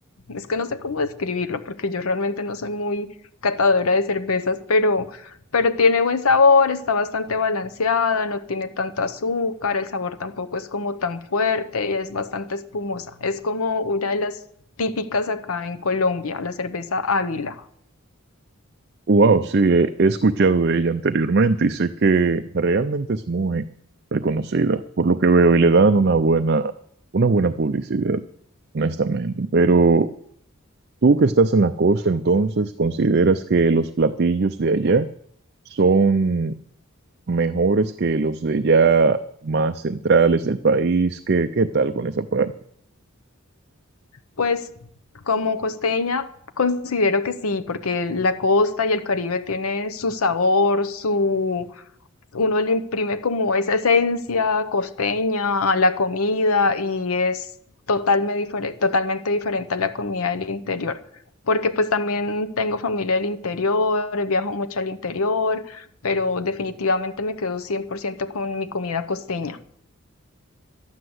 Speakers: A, on the left; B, on the right.
A: es que no sé cómo describirlo, porque yo realmente no soy muy catadora de cervezas, pero, pero tiene buen sabor, está bastante balanceada, no tiene tanto azúcar, el sabor tampoco es como tan fuerte, es bastante espumosa. Es como una de las típicas acá en Colombia, la cerveza Águila?
B: Wow, sí, he he escuchado de ella anteriormente y sé que realmente es muy reconocida, por lo que veo, y le dan una buena, una buena publicidad, honestamente. Pero tú que estás en la costa, entonces, ¿consideras que los platillos de allá son mejores que los de ya más centrales del país. ¿Qué, qué tal con esa parte?
A: Pues como costeña considero que sí, porque la costa y el Caribe tiene su sabor, su uno le imprime como esa esencia costeña a la comida y es totalmente diferente, totalmente diferente a la comida del interior, porque pues también tengo familia del interior, viajo mucho al interior, pero definitivamente me quedo 100% con mi comida costeña.